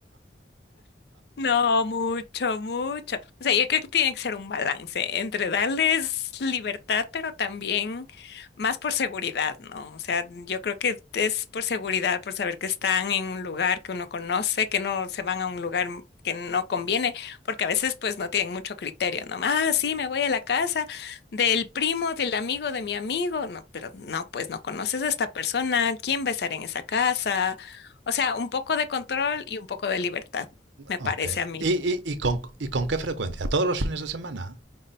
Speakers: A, on the left (about 60°); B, on the right (about 80°).
A: No, mucho, mucho. O sea, yo creo que tiene que ser un balance entre darles libertad, pero también más por seguridad, ¿no? O sea, yo creo que es por seguridad, por saber que están en un lugar que uno conoce, que no se van a un lugar que no conviene, porque a veces pues no tienen mucho criterio, ¿no? Ah, sí, me voy a la casa del primo, del amigo, de mi amigo. No, pero no, pues no conoces a esta persona, ¿quién va a estar en esa casa? O sea, un poco de control y un poco de libertad me
B: Ok.
A: parece a mí.
B: ¿Y, y, y con, y con qué frecuencia? ¿Todos los fines de semana?